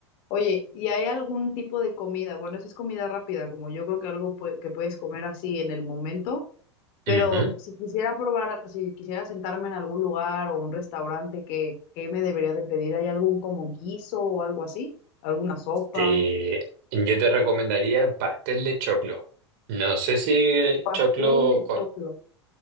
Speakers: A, on the left; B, on the right.
A: Oye, ¿y hay algún tipo de comida? Bueno, esa es comida rápida, como yo creo que algo pue- que puedes comer así en el momento, pero
B: Ujú.
A: si quisiera probar, a- si quisiera sentarme en algún lugar o un restaurante, ¿qué, qué me debería de pedir? ¿Hay algún como guiso o algo así? ¿Alguna sopa?
B: Te- yo te recomendaría el pastel de choclo. No sé si
A: Pastel
B: choclo
A: de
B: con...
A: choclo.